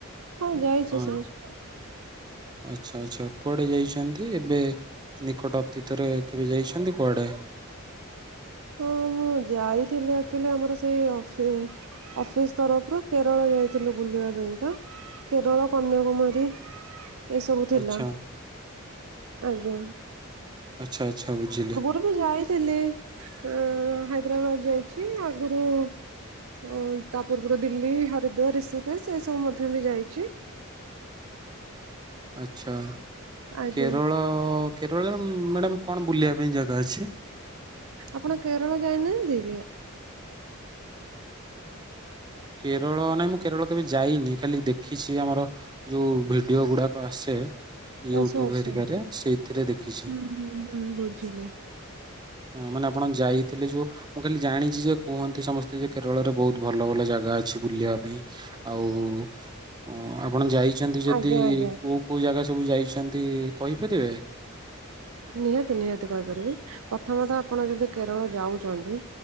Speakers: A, on the right; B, on the right.
A: ହଁ ଯାଇଛି
B: ହଁ।
A: ସାର୍।
B: ଆଚ୍ଛା ଆଚ୍ଛା କୁଆଡେ ଯାଇଛନ୍ତି ଏବେ ନିକଟ ଅତୀତରେ କେବେ ଯାଇଛନ୍ତି କୁଆଡେ?
A: ହଁ ମୁଁ ଯାଇଥିଲି ଆକଚୁଲି ଆମର ସେଇ ଅଫିସ ଅଫିସ ତରଫରୁ କେରଳ ଯାଇଥିଲୁ ବୁଲିବା ପାଇଁକା। କେରଳ କନ୍ୟାକୁମାରୀ ଏସବୁ ଥିଲା।
B: ଆଚ୍ଛା
A: ଆଜ୍ଞା।
B: ଆଚ୍ଛା ଆଚ୍ଛା ବୁଝିଲି।
A: ଆ ମୁଁ ଯାଇଥିଲି ଅଁ ହାଇଦ୍ରାବାଦ ଯାଇଛି ଆଗରୁ। ଓ ତାପରେ ପୁରା ଦିଲ୍ଲୀ ହରିଦ୍ୱାର ରିଷିକେଶ ଏଇ ସବୁ ମଧ୍ୟ ବି ଯାଇଛି।
B: ଆଚ୍ଛା
A: ଆଜ୍ଞା
B: କେରଳ କେରଳରେ ମ୍ୟାଡ଼ାମ୍ କଣ ବୁଲିବା ପାଇଁ ଜାଗା ଅଛି?
A: ଆପଣ କେରଳ ଯାଇନାହାନ୍ତି କି?
B: କେରଳ ନାଇଁ ମୁଁ କେରଳ କେବେ ଯାଇନି ଖାଲି ଦେଖିଛି ଆମର ଯୋଉ ଭେ ଭିଡ଼ିଓ ଗୁଡ଼ାକ ଆସେ। ୟୁଟ୍ୟୁବ
A: ଆଚ୍ଛା ଆଚ୍ଛା।
B: ହେରିକାରେ ସେଇଥିରେ ଦେଖିଛି।
A: ହୁଁ ହୁଁ ହୁଁ ବୁଝିଲି
B: ହଁ ମାନେ ଆପଣ ଯାଇ ଥିଲେ ଯୋଉ ମୁଁ ଖାଲି ଜାଣିଛି ଯେ କୁହନ୍ତି ସମସ୍ତେ ଯେ କେରଳରେ ବହୁତ ଭଲ ଭଲ ଜା ଜାଗା ଅଛି ବୁଲିବା ପାଇଁ ଆଉ ଉଁ ଆପଣ ଯାଇଛନ୍ତି ଯଦି
A: ଆଜ୍ଞା ଆଜ୍ଞା।
B: କୋଉ କୋଉ ଜାଗା ସବୁ ଯାଇଛନ୍ତି କହିପାରିବେ?
A: ନିହାତି ନିହାତି କହିପାରିବି ପ୍ରଥମତଃ ଆପଣ ଯଦି କେରଳ ଯାଉଛନ୍ତି